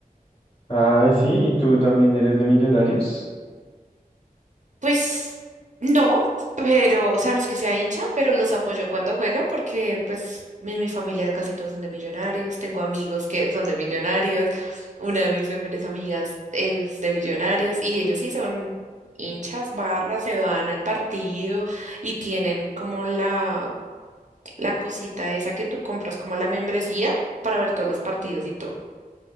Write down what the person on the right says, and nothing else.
Pues no, pero, o sea, no es que sea hincha, pero los apoyo cuando juegan porque pues mi, mi familia casi todos son de Millonarios, tengo amigos que son de Millonarios, una de mis mejores amigas es de Millonarios y ellos sí son hinchas, barras, se van al partido y tienen como la la cosita esa que tú compras, como la membresía, para ver todos los partidos y todo.